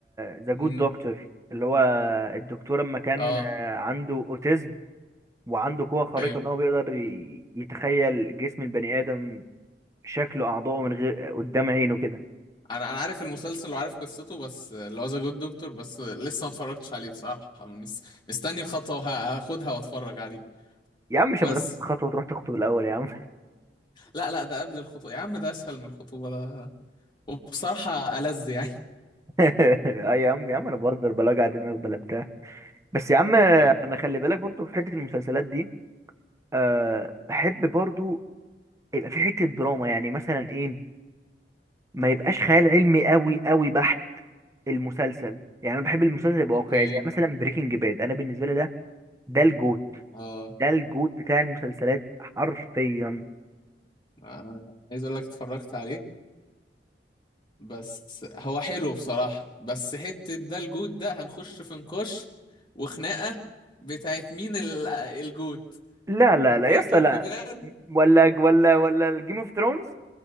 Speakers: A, on the right; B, on the left.
A: ذا جود
B: امم
A: دكتور اللي هو الدكتور اما كان
B: اه
A: آه، عنده اوتيزم وعنده قوه خارقه
B: ايوه
A: ان هو بيقدر ي- يتخيل جسم البني ادم شكله اعضائه من غير قدام عينه كده
B: انا انا عارف المسلسل وعارف قصته بس اللي هو ذا جود دكتور بس لسه ما اتفرجتش عليه بصراحه مس... مستني الخطوه وه- هاخدها واتفرج عليه
A: يا عم مش
B: بس
A: لما تاخد الخطوه وتروح تخطب الاول يا عم
B: لا لا ده قبل الخطوه يا عم ده اسهل من الخطوبه ده وبصراحه ألذ يعني
A: <laughs> اي يا عم يا عم انا بهزر بلا وجع دماغ بلا بتاع بس يا عم انا
B: اه
A: خلي بالك برضو في حته المسلسلات دي أه بحب برضو يبقى في حتة دراما يعني مثلا ايه ما يبقاش خيال علمي قوي قوي بحت المسلسل يعني انا بحب المسلسل يبقى
B: <laughs> اوكي
A: واقعي زي مثلا بريكنج باد انا بالنسبة لي ده ده الجوت
B: اه
A: ده الجوت بتاع المسلسلات حرفيا
B: آه، عايز اقول لك اتفرجت عليه بس هو حلو بصراحة بس حتة ده الجوت ده هنخش في نقاش وخناقة بتاعت مين ال- الجوت
A: لا لا
B: بريكنج
A: لا يا اسطى لا
B: باد
A: ولا ولا ولا الجيم اوف ثرونز